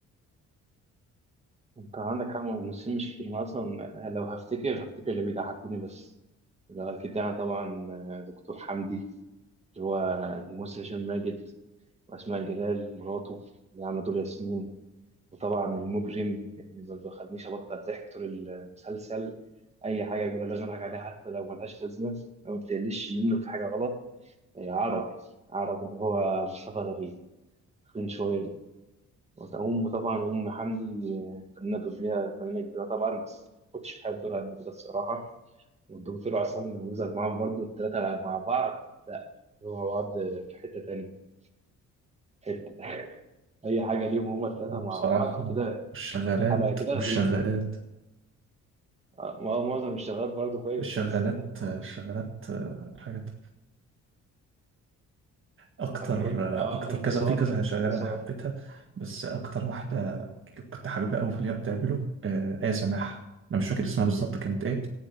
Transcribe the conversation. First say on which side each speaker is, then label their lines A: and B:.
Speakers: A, on the right (about 20°); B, on the right (about 45°).
A: أنت عندك حق الممثلين مش كتير أنا أصلا لو هفتكر هفتكر اللي بيضحكوني بس ده أكيد يعني طبعا دكتور حمدي اللي هو الممثل هشام ماجد وأسماء جلال مراته اللي عاملة دور ياسمين وطبعا المجرم اللي ما بيخلينيش أبطل ضحك طول المسلسل أي حاجة يقولها لازم أضحك عليها حتى لو ملهاش لازمة أو بتقلش منه في حاجة غلط آه، عربي عربي اللي هو مصطفى غريب تخين شوية وأم طبعا أم حمدي آه، فنانة دورية فنانة كبيرة طبعا بس ما كنتش بحب دورها قد كده الصراحة والدكتور عصام الموزع معاهم برضه التلاتة مع بعض لا هو مع بعض في حتة تانية. حته <laughs> اي حاجه ليهم هما الثلاثه
B: آه،
A: مع
B: بصراحة
A: بعض كده
B: والشغالات
A: حلقه كده
B: والشغالات
A: ليهم آه، ما هو معظم الشغال برضو كويس
B: الشغالات
A: بس
B: الشغالات آه، حاجات أكتر
A: آه، كل اه
B: آه، أكتر
A: انتصار
B: كذا في كذا شغالة
A: انتصار
B: أنا حبيتها بس أكتر واحدة كنت حاببها أوي في اللي هي بتعمله آه، آية سماحة أنا مش فاكر اسمها بالظبط كانت إيه